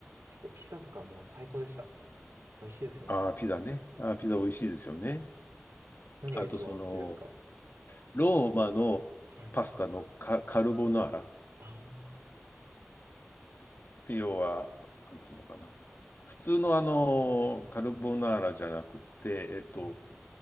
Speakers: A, on the right; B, on the left.
A: 結構ピザとかも最高でした。美味しいですよね。
B: ああ、ピザね。ああ、ピザ美味しいですよね。
A: はい何が一番お好きですか
B: あと、その、ローマのパスタのカ、
A: はい。
B: カルボナーラ。
A: あー、
B: 要は、なんつうのかな。普通のあの、カルボナーラじゃなくて、えっと、
A: はい。